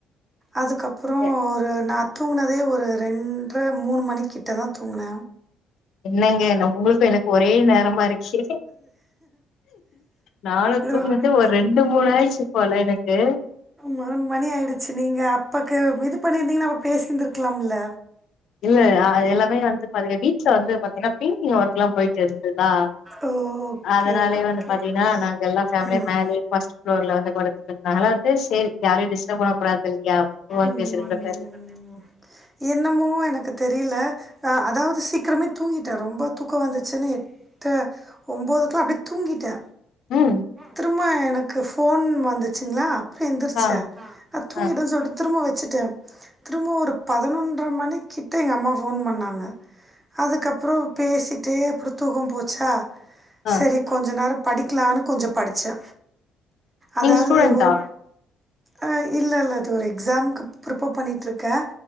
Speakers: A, on the right (about 15°); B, on the left (about 65°).
A: அதுக்கப்புற
B: எ
A: ஒரு நாத் தூங்கனதே ஒரு ரெண்ட்ர மூணு மணிிக்கிட்ட தா தூங்கன
B: என்னங்க ந உங்களுக்கு எனக்கு ஒரே நேரமா இருக்கே நாலு
A: தூங்குனே
B: தூங்குது ஒரு ரெண்டு மூணு ஆய்ச்சு போல எனக்கு
A: மூணு மணி ஆயிடுச்சு நீங்க அப்பாக்கு இது பண்ணியிருந்தீங்கன்னா அப்ப பேசியந்திருக்கலாம்ல்ல
B: இல்ல எல்லாமே வந்து பாத்தீங் வீட்ல வந்து பாத்தீங்கன்னா பெயிண்டிங் ஒர்க் எல்லா போயிட்டு இருந்ததா
A: ஓ ஓகே
B: அதனாலயே
A: ஓகே
B: வந்து பாத்தீங்கன்னா நாங்க எல்லா ஃபேமிலியா
A: ம்
B: மேலயே ஃபர்ஸ்ட் ஃப்ளோர்ல வந்து கொ னால வந்து சேரி யாரையு டிஸ்டர்ப் பண்ண கூடாதில்லயா ஃபோன்
A: ம்
B: பேசறன்ற பேர்ல
A: என்னமோ எனக்கு தெரில அதாவது சீக்கிரமே தூங்கிட்டே ரொம்ப தூக்கோ வந்துச்சுன்னு ட்ட ஒனம்போதுக்கெல்லா அப்டியே தூங்கிட்டே
B: ம்
A: திரும்ப எனக்கு ஃபோன் வந்துச்சுங்ளா அப்றோ எந்த்ர்
B: ஆ
A: ச நா தூங்கிட்ட
B: ஆ
A: சொல்ட்டு திரும்ப வெச்சிட்டே திரும்ப ஒரு பதினொன்றரை மணி கிட்ட எங்க அம்மா ஃபோன் பண்ணாங்க அதுக்கப்றோ பேசிட்டே அப்றோ தூக்கோ போச்சா
B: ஆ
A: சரி கொஞ்ச நேரோ படிக்கலானு கொஞ்சோ படிச்சே அதாவது
B: நீங்க ஸ்டூடெண்டா
A: ஒரு அ இல்ல இல்ல அது ஒரு எக்ஸாம்க்கு ப்ரிப்பேர் பண்ணிட்டு இருக்கே